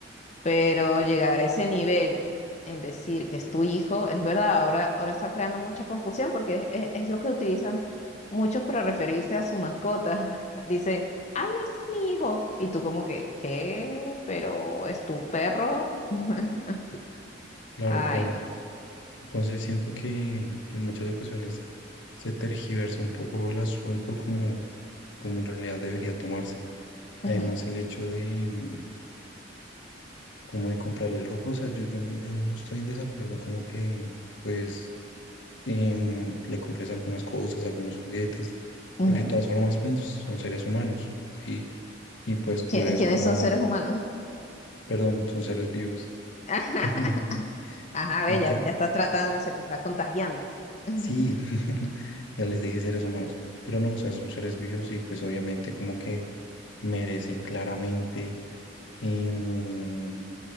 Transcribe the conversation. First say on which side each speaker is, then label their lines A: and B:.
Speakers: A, on the left (about 40°); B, on the left (about 80°).
A: Pero llegar a ese nivel en decir que es tu hijo, es verdad, ahora, ahora está creando mucha confusión porque es, es- es lo que utilizan muchos para referirse a su mascota. <laughs> dice ay, no, este es mi hijo. Y tú como que, ¿qué? ¿Pero es tu perro? <laughs>
B: Claro,
A: Ay,
B: claro.
A: no.
B: Entonces siento que, en muchas ocasiones se tergiversa un poco el asunto como, como en realidad debería tomarse. Además
A: Ujú,
B: el hecho de mm, como de comprarle ropa, o sea, yo, yo no, yo no estoy en desacuerdo como que pues em, le compres algunas cosas, algunos juguetes,
A: ujú.
B: porque de todas formas pues, son seres humanos, ¿sí? Y pues tú
A: ¿Qui-
B: es
A: ¿Quiénes
B: como,
A: son seres humanos?
B: perdón, son seres vivos.
A: <laughs>
B: <laughs>
A: Ajá, ve,
B: Entonces,
A: ya, ya estás tratando, se te está contagiando. <laughs>
B: sí, <laughs> ya les dije seres humanos, pero no, o sea, son seres vivos y pues obviamente como que merecen claramente. em,